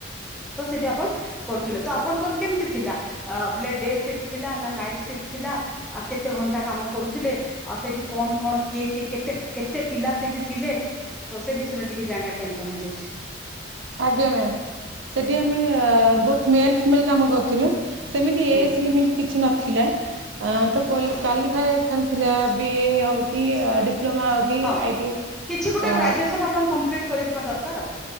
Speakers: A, in the centre; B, on the right.
A: ତ ସେଠି ଆପଣ କରୁଥିଲେ ତ ଆପଣଙ୍କର କେମିତି ଥିଲା, ବଲେ ଡେ ସିଫ୍ଟ ଥିଲା ନା ନାଇଟ୍ ସିଫ୍ଟ ଥିଲା, ଆ କେତେ ଘଣ୍ଟା କାମ କରୁଥିଲେ, ଆଉ ସେଠି କଣ କଣ କିଏ କିଏ କେତେ କେତେ ପିଲା ସେଠି ଥିଲେ ତ ସେ ବିଷୟରେ। ଟିକେ ଜାଣିବା ପାଇଁ ଚାହୁଁଚି।
B: ଆଜ୍ଞା ମ୍ୟାମ ସେଠି ଆମେ ବୋଥ ମେଲ ଫିମେଲ କାମ କରୁଥିଲୁ। ସେମିତି ଏଜ
A: ହୁଁ
B: ଲିମିଟ କିଛି ନ ଥିଲା। ଆ ତ କ୍ୱାଲି କାଲିଫାଏ। ଖାଲିଥିଲା ବି ଏ ହଉ କି। ଡିପ୍ଲୋମା ହଉ କି
A: ହଁ
B: ଆଇ ଟି
A: କିଛି ଗୋଟେ
B: ଅ
A: ଗ୍ରାଜୁଏସନ ଆପଣ କଂପ୍ଲିଟ୍। କରିଥିବା ଦରକାର ଆଉ।